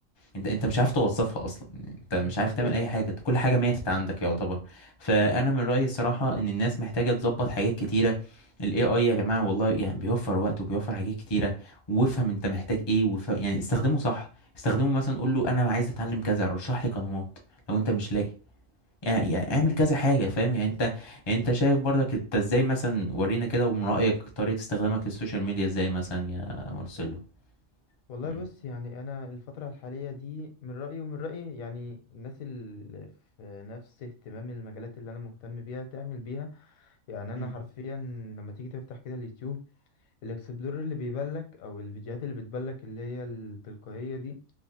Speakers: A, on the left; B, on the left.
A: انت انت مش عارف توظفها اصلا انت مش
B: حرفيا
A: عارف تعمل اي حاجه انت كل حاجه ماتت عندك يعتبر فانا من رايي الصراحه ان الناس محتاجه تظبط حاجات كتيره الاي اي يا جماعه والله يعني بيوفر وقت وبيوفر حاجات كتيره وافهم انت محتاج ايه وافهم يعني استخدمه صح استخدمه مثلا قول له انا عايز اتعلم كذا رشح لي قنوات لو انت مش لاقي يعني, يعني اعمل كذا حاجة فاهم يعني انت يعني انت شايف برضك انت ازاي مثلا ورينا كده ومن رأيك طريقة استخدامك للسوشيال ميديا ازاي مثلا يا مرسلو
B: والله
A: مم.
B: بص يعني انا الفتره الحاليه دي من رايي ومن راي يعني الناس اللي في نفس اهتمام المجالات اللي انا مهتم بيها تعمل بيها يعني
A: مم.
B: انا حرفيا لما تيجي تفتح كده اليوتيوب الاكسبلور اللي بيبلك او الفيديوهات اللي بتبلك اللي هي التلقائيه دي